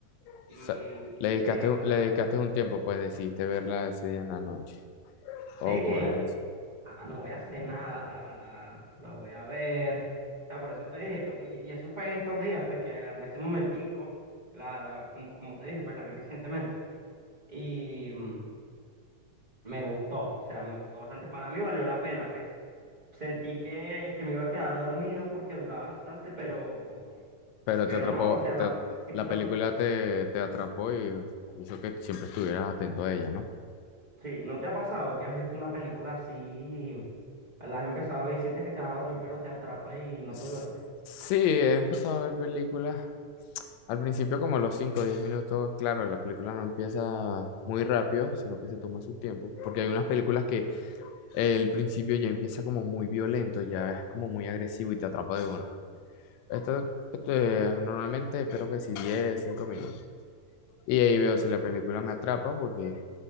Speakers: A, on the left; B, on the right.
A: O
B: Y,
A: sea, le
B: y dije,
A: dedicaste,
B: bueno,
A: un- le dedicaste un tiempo, pues decidiste verla ese día en la noche. Oh,
B: Sí,
A: bueno.
B: o sea, no voy a hacer nada, la, la, la voy a ver. O sea, por eso te dije, co- y, y eso fue en estos días, pues que agarré ese momentico, la, la, como, como te dije, pues la vi recientemente. Y mm, me gustó, o sea, me gustó bastante. Para mí valió la pena, pues. Sentí que, que me iba a quedar dormido porque duraba bastante, pero,
A: Pero
B: pero
A: te atrapó,
B: no, o sea, la,
A: te-
B: sí,
A: la
B: me atrapó.
A: película te, te atrapó y hizo que siempre estuvieras atento a ella, ¿no?
B: Sí, ¿no te ha pasado que has visto una película así, la has empezado a ver y sientes que te vas a dormir, pero te atrapa y no
A: S-
B: te duermes?
A: Sí, he empezado a ver películas. Al principio, como los 5, o 10 minutos, claro, la película no empieza muy rápido, sino que se toma su tiempo, porque hay unas películas que el principio ya empieza como muy violento, ya es como muy agresivo y te atrapa de una. Esto, esto, eh, normalmente espero que sí 10, 5 minutos. Y ahí veo si la película me atrapa porque